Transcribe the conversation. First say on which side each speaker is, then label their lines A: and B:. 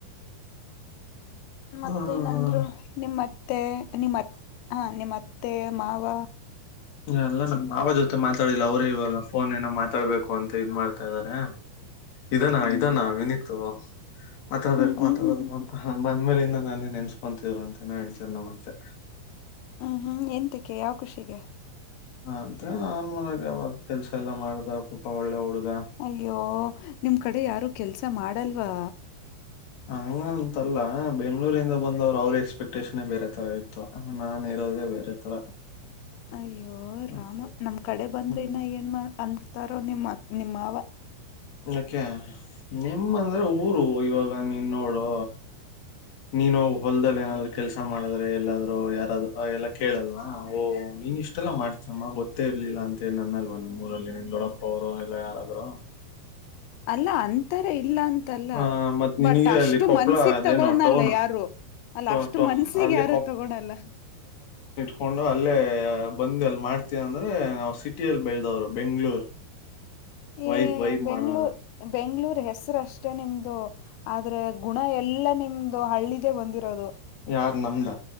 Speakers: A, on the left; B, on the left.
A: ಮತ್ತೆ
B: ಹ್ಮ
A: ನಂದ್ರು ನಿಮ್ಮತ್ತೆ ನಿಮ್ಮ ಹ ನಿಮ್ಮತ್ತೆ ಮಾವ
B: ಅಲ್ಲ ನಮ್ಮ್ ಮಾವ ಜೊತೆ ಮಾತಾಡಿಲ್ಲ ಅವರೇ ಇವಾಗ ಫೋನ್ ಏನೋ ಮಾತಾಡ್ಬೇಕು ಅಂತ ಇನ್ ಮಾಡ್ತಾ ಇದ್ದಾರೆ ಇದಾನ
A: ಹ್ಮ್
B: ಇದಾನ ವಿನತ್ತುು ಮಾತಾಡ್ಬೇಕು
A: ಹ್ಮ್ ಹ್ಮ್
B: ಮಾತಾಡ್ಬೇಕು
A: ಹ್ಮ್ ಹ್ಮ್ ಹ್ಮ್
B: ಅಂತ ಹ ಬಂದ್್ಮೇಲಿಂದ ನಾನೇ ನೆನ್ಸ್ಕೊತಿದ್ರು ಅಂತೇನ ಹೇಳ್ತನೆ ನ ಮತ್ತೆ
A: ಹೂ ಹೂ ಎನ್ಂತಿಕ ಯಾವ ಖುಷಿಗೆ
B: ಹ ಅಂತ ನಾರ್ಮಲ್ ಆಗ ಅವವಾಗ ಕೆಲ್ಸ ಎಲ್ಲಾ ಮಾಡ್ದ ಪಾಪ ಒಳ್ಳೆ ಹುಡುಗ
A: ಅಯ್ಯೋ ನಿಮ್ ಕಡೆ ಯಾರು ಕೆಲ್ಸ ಮಾಡಲ್ವಾ
B: ಹಂಗ ಅಂತಲ್ಲ ಬೆಂಗ್ಗಳೂರಿಂದ ಬಂದವ್ರು ಅವ್ರ ಎಕ್ಸ್ಪೆಕ್ಟೇಷನ್ೇ ಬೇರೆ ತರ ಇರುತ್ತೆ ಹ ನಾನ್ ಇರೋದೇ ಬೇರೆ ತರ
A: ಅಯ್ಯೋ
B: ಅದೇ.
A: ರಾಮ ನಮ್ ಕಡೆ ಬಂದ್ರೆ
B: ಹ್ಮ್
A: ಇನ್ನ ಏನ್ ಮಾಡ ಅನ್ ತಾರೋ ನಿಮ್ಮ ಮಾವ
B: ಯಾಕೆ ನಿಮ್ಮಂದ್ರೆ ಊರು ಇವಾಗ ನೀನ್ ನೋಡು ನೀನ್ ಹೋಗ ಹೊಲ್ದಲ್ಲಿ ಏನಾದ್ರು ಕೆಲಸ ಮಾಡಿದ್ರೆ ಎಲ್ಲಾದ್ರು ಯಾರಾದರು ಎಲ್ಲ ಕೇಳಲ್ವಾ ಓಹ ನೀ ಇಷ್ಟ ಮೆಲ್ಲ ಮಾಡ್ತಮ್ಮ ಗೊತ್ತ ಇರ್ಲಿಲ್ಲ ಅಂತೇಳಿ ನನ್ನಲ್ವ ನಿಮ್ಮೂರಲ್ಲಿ ನಿ ದೊಡಪ್ಪ ಅವರು ಎಲ್ಲ ಯಾರಾದ್ರು
A: ಅಲ್ಲ ಅಂತರ ಇಲ್ಲ ಅಂತಲ್ಲ
B: ಹ ಮತ್ ನಿನಗೆ
A: ಬಟ್ ಅಷ್ಟು
B: ಅಲ್ಲಿ ಕೊಪ್ಪಳ
A: ಮನ್ಸಿಿಗೆ
B: ಅದೇನು
A: ತಗೋದ್ನಲ್ಲ
B: ಟೌನ್
A: ಯಾರು ಅಲ್ಲ
B: ಟೊ
A: ಅಷ್ಟು
B: ಟೊ
A: ಮನ್ಸಿಗೆ
B: ಅಲ್ಲಿ
A: ಯಾರು ತಗೋಳಲ್ಲ
B: ಹಕೊಂಡು ಅಲ್ಲೇ ಬಂದ್ ಅಲ್ಲಿ ಮಾಡ್ತವಿ ಅಂದ್ರೆ ನಾವು ಸಿಟಿಯಲ್ಲಿ ಬೆಳೆದವ್ರು ಬೆಂಗ್ಳೂರ್ ವೈ
A: ಏ
B: ವೈ
A: ಬೆಂಗ್ಳೂರ್
B: ಮಾಡ ನ
A: ಬೆಂಗ್ಳೂರ್ ಹೆಸರುಷ್ಟೇ ನಿಮ್ದು ಆದ್ರೆ ಗುಣ ಎಲ್ಲಾ ನಿಮ್ದು ದು ಹಳ್ಳಿದೇ ಬಂದಿರೋದು
B: ಯಾರ್ ನಮ್ದ